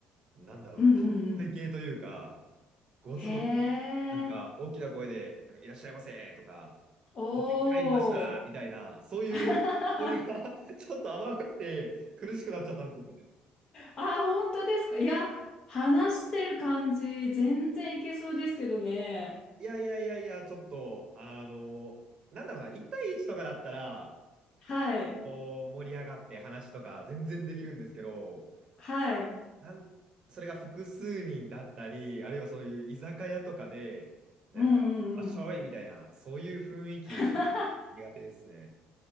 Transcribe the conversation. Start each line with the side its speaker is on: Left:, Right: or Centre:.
Right: なんだろうな、
Left: うんうんうん。
Right: 体系というか、ゴツゴツ、
Left: へ
Right: なんか大きな声で、
Left: え。
Right: なんかいらっしゃいませとか、
Left: おー。
Right: ご席入りましたみたいな、
Left: <laughs>
Right: そういうノリが
Left: あ、
Right: <laughs> ちょっと合わなくて、苦しくなっちゃったんですよね。
Left: 本当ですかいや、話してる感じ、全然いけそうですけどね。
Right: いやいやいやいや、ちょっと、あの、なんだろうな、1対1とかだったら、
Left: はい。
Right: こう盛り上がって話とか全然できるんですけど、
Left: はい。
Right: なんそれが複数人だったり、あるいはそういう居酒屋とかで、なんか、
Left: うんうんうん。
Right: あっしょいみたいな、そういう雰囲気苦手ですね。
Left: <laughs>